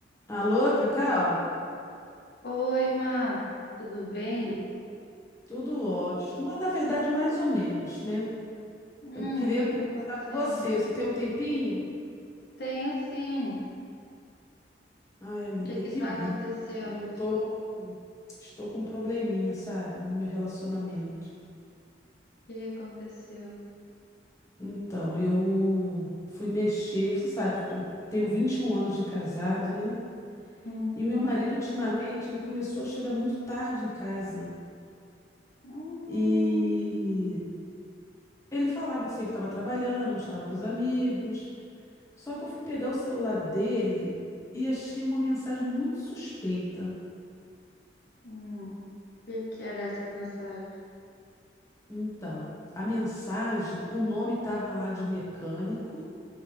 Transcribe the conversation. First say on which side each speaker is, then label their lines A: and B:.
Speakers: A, on the left; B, on the left.
A: Alô, Cacau?
B: Oi, Má, tudo bem?
A: Tu- tudo ótimo, mas na verdade mais ou menos, né?
B: Hum,
A: Eu queria
B: o que
A: conversar
B: que tá acontecendo?
A: com você. Você tem um tempinho?
B: Tenho sim.
A: Ai, amiga,
B: O que que
A: que
B: tá
A: bom.
B: acontecendo?
A: Eu tô, estou com um probleminha, sabe, no meu relacionamento.
B: O que aconteceu?
A: Então, eu fui mexer, você sabe, eu tô- tenho 21 anos de casado, né?
B: Uhum.
A: E meu marido, ultimamente, ele começou a chegar muito tarde em casa.
B: Hum,
A: E ele falava que sempre estava trabalhando, não estava com os amigos. Só que eu fui pegar o celular dele e achei uma mensagem muito suspeita.
B: hum. O que que era essa mensagem?
A: Então, a mensagem, o nome estava lá de mecânico,